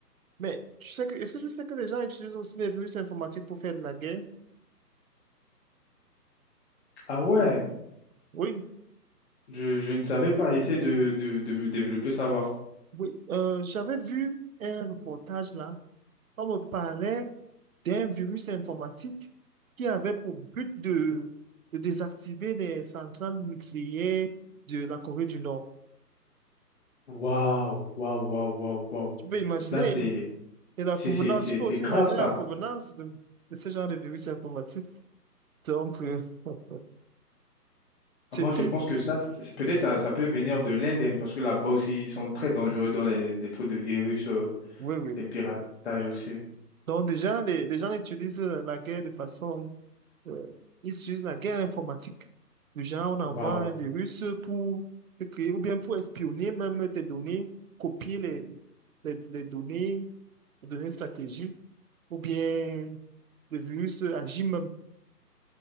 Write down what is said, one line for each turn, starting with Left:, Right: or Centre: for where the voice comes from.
Right: Mais tu sais que, est-ce que je sais que les gens utilisent aussi les virus informatiques pour faire de la guerre?
Left: Ah ouais,
Right: Oui,
Left: je, je ne savais pas. Essayer de, de, de me développer, savoir.
Right: oui. Euh, j'avais vu un reportage là, on me parlait d'un virus informatique qui avait pour but de, de désactiver les centrales nucléaires de la Corée du Nord.
Left: Waouh, waouh, waouh, waouh, waouh.
Right: Tu peux imaginer
Left: Là, c'est,
Right: Et la
Left: c'est,
Right: provenance,
Left: c'est, c'est
Right: tu peux
Left: c'est
Right: aussi
Left: grave
Right: imaginer
Left: ça.
Right: la provenance de, de ce genre de virus informatique. Donc, euh, <laughs> c'était,
Left: Ah, Moi, je pense que ça, c'est- c'est- peut-être ça, ça peut venir de l'Inde, hein, parce que là-bas aussi, ils sont très dangereux dans les, les trucs de virus, euh,
Right: oui, oui.
Left: les piratages aussi.
Right: Donc, déjà, les, les gens utilisent euh, la guerre de façon, euh, ils utilisent la guerre informatique. Le genre, on envoie
Left: Waouh.
Right: un virus pour te créer ou bien pour espionner même tes données, copier les, les, les données, les données stratégiques, ou bien le virus agit même.